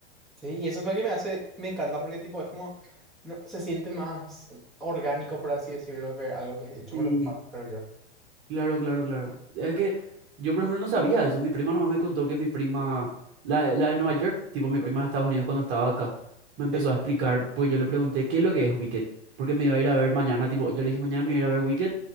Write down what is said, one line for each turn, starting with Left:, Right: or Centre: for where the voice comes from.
Centre: sí, y eso es lo que me hace, me encanta porque tipo, es como, no, se siente más orgánico, por así decirlo, ver algo que es hecho
Right: Sí,
Centre: por los fans, pero yo.
Right: claro, claro, claro. Es que yo, por ejemplo, no sabía eso. Mi prima nomás me contó que mi prima, la, la de Nueva York, tipo mi prima de Estados Unidos cuando estaba acá, me empezó
Centre: Sí,
Right: a explicar, pues yo le pregunté, ¿qué es lo que es Wicked? Porque me iba a ir a ver mañana, tipo, yo le dije, mañana me voy a ir a ver Wicked,